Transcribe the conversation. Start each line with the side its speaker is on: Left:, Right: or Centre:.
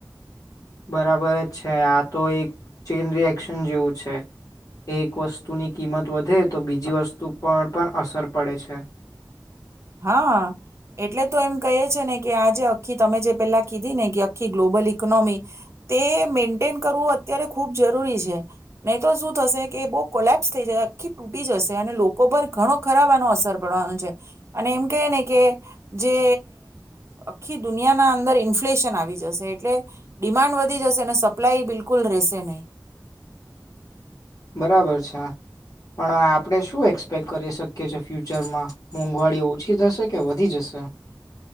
Left: બરાબર જ છે. આ તો એક ચેન રિએક્શન જેવું છે. એક વસ્તુની કિંમત વધે તો બીજી વસ્તુ પર પણ અસર પડે છે.
Right: હા, એટલે તો એમ કહીએ છે ને કે આ જે અખી તમે જે પેલા કીધી ને કે અખી ગ્લોબલ ઇકોનોમી તે મેન્ટેન કરવું અત્યારે ખૂબ જરૂરી છે. નહી તો શું થશે કે બો કોલેપ્સ થઈ જહે. આખી તૂટી જશે અને લોકો પર ઘણો ખરાબ આનો અસર પડવાનો છે. અને એમ કઈએ ને કે જે આખી દુનિયાના અંદર ઇન્ફ્લેશન આવી જશે એટલે ડિમાન્ડ વધી જશે અને સપ્લાય બિલકુલ રહેશે નહી.
Left: બરાબર છે, પણ હવે આપણે શું એક્સપેક કરી શકીએ છે ફ્યુચરમાં મોંઘવારીઓ ઓછી થશે કે વધી જશે?